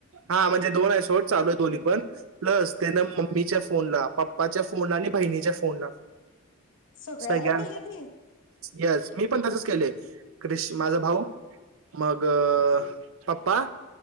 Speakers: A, on the right; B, on the left.
A: हा म्हणजे दोन आहे शोट चालू आहे दोन्ही पण प्लस त्यान मम्मीच्या फोनला पप्पाच्या फोनला आणि बहिणीच्या फोनला
B: सगळ्याला
A: सगळ्यां
B: केले ती
A: यस मी पण त्यासच केलंय क्रिश माझ भाऊ मग पप्पा